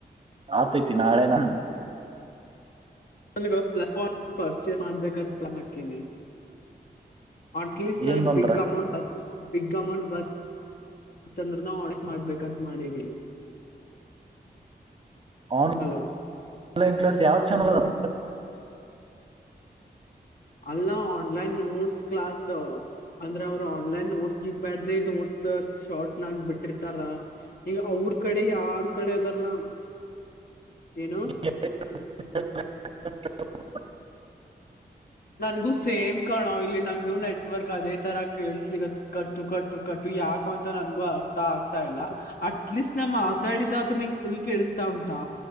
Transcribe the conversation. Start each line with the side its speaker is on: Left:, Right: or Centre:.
Right: ಆತೈತಿ ನಾಳೆನ
Left: ನನ್ <unintelligible> ಪರ್ಚೇಸ್ ಮಾಡ್ಬೇಕಂತ ಪ್ಲಾನ್ ಹಾಕಿನೀ. ಅಟ್ ಲೀಸ್ಟ್ ನನಗ
Right: ಏನ್ ಬಂದ್ರ
Left: ಬಿಗ್ ಅಮೌಂಟ್ ಬಿಗ್ ಅಮೌಂಟ್ ಬ ತ್ತಂದ್ರ ನಾ ಆಸ್ ಮಾಡ್ಬೇಕಂತ ಮಾಡೀನೀ.
Right: ಆನ್
Left: ಹಲೋ
Right: ಆನ್ಲೈನ್ ಕ್ಲಾಸ್ ಯಾವ ಚಾನಲ್ ಅದ.
Left: ಅಲ್ಲ ಆನ್ಲೈನ್ ನೋಟ್ಸ್ ಕ್ಲಾಸ್. ಅಂದ್ರ ಅವರ ಆನ್ಲೈನ್ ನೋಟ್ಸ್ ಜಿಪ್ಯಾಡ್ ದ ನೋಟ್ಸ್ ಶಾರ್ಟ್ ನಾಗ ಬಿಟ್ಟಿರ್ತಾರ. ಈಗ ಅವ್ರ್ ಕಡೆ ಯಾರ್ ಕಡೆ ಅದಾರಲ್ಲ ಏನು
Right: <unintelligible>
Left: ನನ್ಗೂ ಸೇಮ್ ಕಣೋ ಇಲ್ಲಿ ನಂಗು ನೆಟ್ವರ್ಕ್ ಅದೇ ತರ ಕೇಳ್ಸಿಕತ್ತಾದ್ ಕಟ್ಟು ಕಟ್ಟು ಕಟ್ಟು ಯಾಕು ಅಂತ ನನ್ಗು ಅರ್ಥ ಆಗ್ತಾ ಇಲ್ಲ ಅಟ್ಲೀಸ್ಟ್ ನಾ ಮಾತಾಡಿದಾದ್ರೂ ನಿಂಗ್ ಫುಲ್ ಕೇೇಳಿಸತಾ ಉಂಟಾ